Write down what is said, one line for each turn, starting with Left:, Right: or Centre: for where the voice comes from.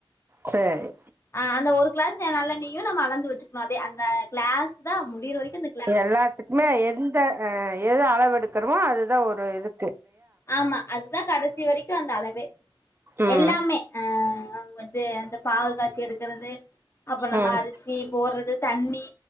Right: சேரி
Left: ஆ அந்தே ஒரு கிளாஸ் நல்யேண்ணையும் நம்மே அளந்து வச்சிக்கணும் அதே அந்த கிளாஸ் தா முடிற வரைக்கும்
Right: எல்லாத்துக்குமே எந்த எது அளவு எடுக்கிறோமோ அதுதா ஒரு இது
Left: ஆமா அதுதா கடைசி வரைக்கும் அந்த அளவே
Right: ம்
Left: எல்லாமே அ வந்து அந்த பாகு காய்ச்சி எடுக்கிறது அப்புறம் நம்ம
Right: ம்
Left: அரிசி போடுறது தண்ணி